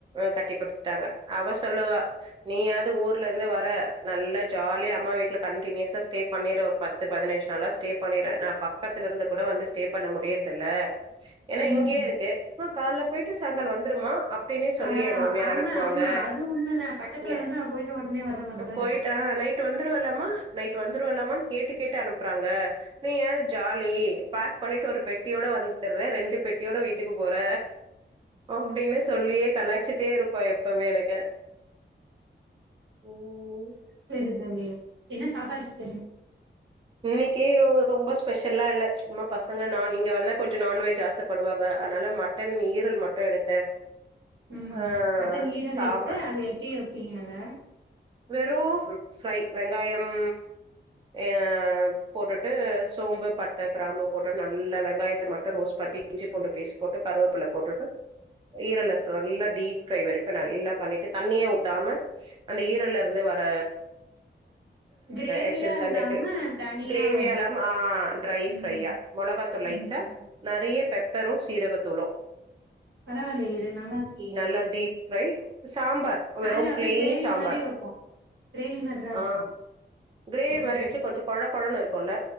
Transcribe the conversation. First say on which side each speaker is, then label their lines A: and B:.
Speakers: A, on the right (about 25°); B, on the right (about 80°).
A: கட்டி குடுத்துட்டாங்க அவ சொல்லுவா நீயாது ஊர் ட்டுல இருந்து வர நல்லா ஜாலியா அம்மா வீட்டுல கண்டனியூவஸா ஸ்டே பண்ணிடுவ ஒரு பத்து பதினஞ்சு நாளா ஸ்டே பண்ணி ணிற நா பக்கத்துல இருந்து கூட வந்து ஸ்டே பண்ண முடியுற்துல்ல ஏன்னா
B: ம்
A: இங்கேயே இருக்கு ஆ கால்ல பொயிட்டு சாயங்காலோ வந்துருமா அப்டினே சொல்லி
B: ஆ
A: ஏ மாமியார்
B: ஆமா
A: அனுப்புவாங்க
B: ஆமா அது உண்மதா பக்கத்துல
A: ஏ
B: இருந்தா போயிட்டு ஒடனே வர்ற மாரிதா
A: பொயிட்டா
B: இருக்கு
A: நைட் வந்துருவல்ல ம்மா நைட் வந்துருவலமான்னு கேட்டு கேட்டு அனுப்புறாங்க நீ ஏது ஜாலி பேக் பண்ணிட்டு ஒரு பெட்டியோட வந்துட்றே ரெண்டு பெட்டியோட வீட்டுக்கு போற அப்டின்னு சொல்லியே கலாய்ச்சிட்டே இருப்பா எப்பவுமே எனக்கு ம்
B: சரி சரி என்ன சாப்பாடு சிஸ்டர் இன்
A: இன்னைக்கி ரொம்ப ஸ்பெஷல்லா இல்ல சும்மா பசங்க நா நீங்க வந்தா கொஞ்சோ நான்வெஜ் ஆசப்படுவாங்க அதுனால மட்டன் ஈரல் மட்டு எடுத்தே
B: ம்
A: ஆ
B: மட்டன் ஈரல்
A: சாம்பார்
B: எடுத்து அது எப்டி வப்பீங்க அத
A: வெறு ப் ப்ஃரை வெங்காயம் எ போட்டுட்டு சோம்பு பட்ட கிராம்பு போட்டு நல்ல வெங்காயத்தை மட்டு ரோஸ் ப <unintelligible> இஞ்சி பூண்டு பேஸ் போட்டு கருவேப்பில போட்டுட்டு ஈரல நல்லா டீப் ரை வரைக்கு நல்லா பண்ணிட்டு தண்ணியே ஊத்தாம அந்த ஈ ரல்லருந்து வர
B: கிரேவியா
A: எசன்ஸ்
B: இல்லாம
A: அண்ட் <unintelligible>
B: தனியா
A: கிரேவிய
B: வரு
A: எல்லாம் ஆ ட்ரை
B: ம்
A: ப்ஃரையா மிளகாதூள் லைட்டா
B: ம்
A: நிறைய பெ பெறோ சீரக தூலோ
B: <inaudible> பரவாயில்லையே இது நல்லாருக்கே
A: நல்லா டீப் ஃப்ரை சாம்பார்
B: நாங்க
A: வெறு
B: அப்டி
A: பிளெயின்
B: கிரேவி
A: சாம்பார்
B: மாதிரி வை ப்போ கிரேவி மாரிதா
A: ஆ
B: வப்போ
A: கிரேவி
B: ம்
A: மாரி வச்சு கொஞ்சோ கொழ கொழன்னு இருக்குல்ல